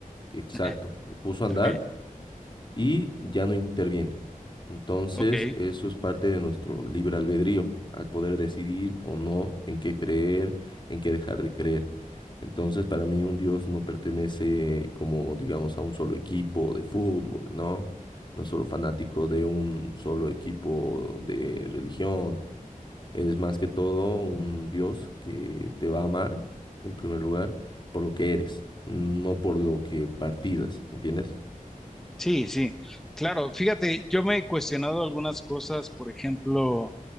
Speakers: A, on the left; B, in the centre.
A: exacto.
B: <laughs>
A: Lo puso a andar
B: Ok,
A: y ya no interviene. Entonces,
B: ok,
A: eso es parte de nuestro libre albedrío, al poder decidir o no en qué creer, en qué dejar de creer. Entonces, para mí un Dios no pertenece como, digamos, a un solo equipo de fútbol, ¿no? No es solo fanático de un solo equipo de religión. Es más que todo un Dios que te va a amar, en primer lugar, por lo que eres, no por lo que partidas, ¿entiendes?
B: sí, sí. Claro, fíjate, yo me he cuestionado algunas cosas, por ejemplo,